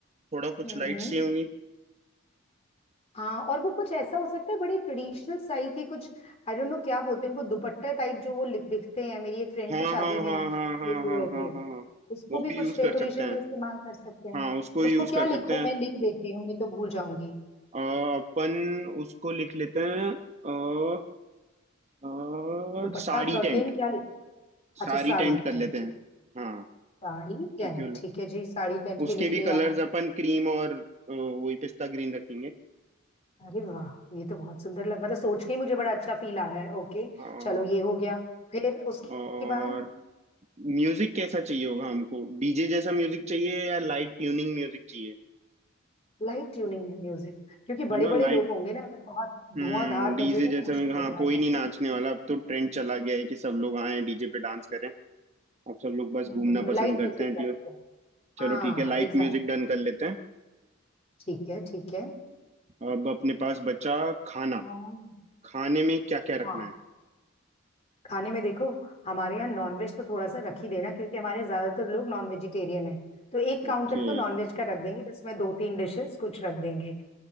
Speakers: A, on the right (about 35°); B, on the left (about 30°).
A: थोड़ा
B: हम्म
A: कुछ लाइट्स
B: हम्म
A: चाहिए
B: हाँ और वो कुछ ऐसा हो सकता है बड़ी ट्रेडिशनल स्टाइल के कुछ आई डोंट नो क्या बोलते हैं उनको दुपट्टा टाइप जो वो लि- दिखते हैं मेरी एक फ्रेंड
A: हाँ
B: की शादी
A: हाँ
B: में
A: हाँ हाँ हाँ
B: ये
A: हाँ
B: हुए
A: हाँ हाँ हाँ
B: थे
A: हाँ, हाँ।
B: उसको
A: वो
B: भी
A: भी
B: कुछ
A: यूज
B: डेकोरेशन
A: कर सकते हैं
B: में इस्तेमाल कर सकते हैं
A: हाँ उसको
B: उसको
A: यूज
B: क्या
A: कर
B: लिखूं
A: सकते हैं
B: मैं लिख देती हूँ नहीं तो भूल जाऊंगी
A: अ, अपन उसको लिख लेते हैं अ, अ,
B: दुपट्टा
A: साड़ी
B: कर्टेन
A: टेंट
B: क्या लिखूं
A: साड़ी
B: अच्छा साड़ी
A: टेंट कर
B: टेंट
A: लेते
B: ठीक
A: हैं हाँ
B: साड़ी टेंट
A: क्योंकि वो लोग-
B: ठीक है जी साड़ी टेंट
A: उसके
B: भी लिख
A: भी
B: लिया
A: कलर्स अपन क्रीम और अ, वही पिस्ता ग्रीन रखेंगे
B: अरे वाह ये तो बहुत सुंदर लग मतलब सोच के ही मुझे बड़ा अच्छा फील आ रहा है ओके
A: हाँ
B: चलो ये हो गया फिर उसके
A: और
B: बाद
A: म्यूजिक कैसा चाहिए होगा हमको डीजे जैसा म्यूजिक चाहिए या लाइट ट्यूनिंग म्यूजिक चाहिए
B: लाइट ट्यूनिंग में म्यूजिक क्योंकि
A: है
B: बड़े
A: ना
B: बड़े
A: लाइट
B: लोग होंगे ना अगर बहुत
A: हम्म
B: धुआंधार
A: डीजे
B: बजेगा
A: जैसे
B: तो मुश्किल
A: मैं हाँ
B: हो जाएगा
A: कोई नहीं नाचने वाला अब तो ट्रेंड चला गया है कि सब लोग आए डीजे पे डांस करें अब सब लोग बस
B: हम्म,
A: घूमना
B: लाइट
A: पसंद करते
B: म्यूजिक
A: हैं ट्यू-
B: रखते हैं
A: चलो
B: हाँ
A: ठीक है लाइट
B: एग्जैक्ट
A: म्यूजिक डन कर लेते हैं
B: ठीक है ठीक है
A: अब अपने पास बचा खाना
B: और-
A: खाने में क्या क्या
B: हाँ
A: रखना है
B: खाने में देखो हमारे यहाँ नॉनवेज तो थोड़ा सा रख ही देना क्योंकि हमारे ज्यादातर लोग नॉन वेजिटेरियन है तो एक काउंटर
A: ओके
B: तो नॉनवेज का रख देंगे जिसमें दो तीन डिशेस कुछ रख देंगे